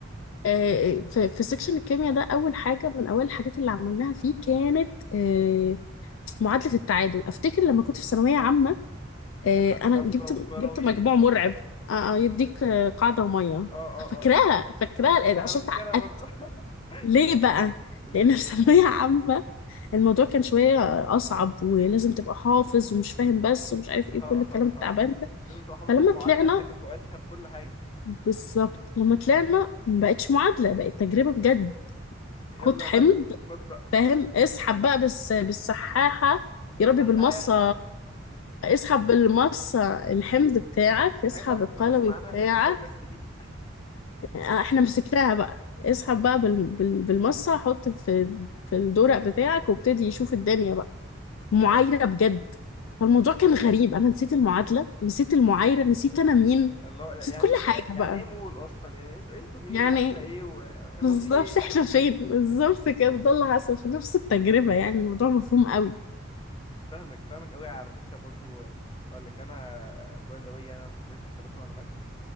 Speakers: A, on the left; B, on the left.
A: آه، في في سيكشن الكيمياء ده أول حاجة من أول الحاجات اللي عملناها فيه كانت آه، معادلة التعادل أفتكر لما كنت في ثانوية
B: اه
A: عامة آه،
B: ح-
A: أنا
B: حمزة
A: جبت
B: وكروي
A: جبت مجموع
B: اه
A: مرعب آه، آه، يديك آه، قاعدة ومية
B: اه
A: فاكراها
B: اه
A: فاكراها الآن
B: انا
A: عشان
B: فاكرها
A: اتعقدت
B: برضو <laughs>
A: ليه بقى؟
B: ليه؟
A: لأن في <laughs> ثانوية عامة الموضوع كان شوية آه، أصعب ولازم تبقى حافظ ومش فاهم بس ومش عارف إيه
B: ها ها
A: كل الكلام التعبان
B: ها ها.
A: ده
B: لازم تبقى حافظ
A: فلما
B: المعادلة
A: طلعنا
B: بتكافؤاتها بكل حاجة
A: بالظبط لما طلعنا
B: م.
A: ما بقتش معادلة بقت تجربة بجد
B: يلا
A: خد حمض
B: يا معلم خد بقى
A: فاهم اسحب بقى بس بالسحاحة
B: الصحاحة
A: يا ربي بالمصة اسحب بالمص الحمض بتاعك
B: الحاجات
A: اسحب
B: اللي
A: القلوي
B: احنا كنا بنسمع عنها
A: بتاعك
B: في الكتاب بس دي
A: احنا مسكناها بقى اسحب بقى بال... بال... بالمصة حط في في الدورق بتاعك وابتدي يشوف الدنيا بقى معايرة
B: اه
A: بجد فالموضوع كان غريب انا نسيت المعادلة نسيت المعايرة نسيت انا مين
B: اللي هو يعني
A: نسيت كل حاجة
B: يعني
A: بقى
B: ايه مول اصلا يعني انتوا انتوا مين
A: يعني
B: واحنا ايه و-
A: بالظبط
B: هو في ايه
A: احنا فين بالظبط كده ده اللي حصل في نفس التجربة يعني الموضوع مفهوم قوي
B: فاهمك فاهمك قوي على فكره برضو اقول لك انا باي ذا واي يعني انا في كليه حسابات ومعلومات